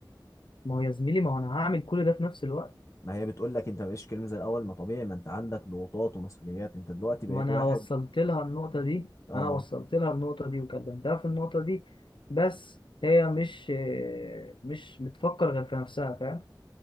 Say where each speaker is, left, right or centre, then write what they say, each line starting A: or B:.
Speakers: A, on the left (about 85°); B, on the left (about 40°).
A: ما هو يا زميلي ما هو انا هعمل كل ده في نفس الوقت
B: ما هي بتقول لك انت مبقاش كلمه زي الاول ما طبيعي ما انت عندك ضغوطات ومسؤوليات انت دلوقتي
A: ما
B: بقيت
A: انا
B: واحد
A: وصلت لها النقطة دي
B: اه
A: انا وصلت لها النقطة دي وكلمتها في النقطة دي بس هي مش مش بتفكر غير في نفسها فاهم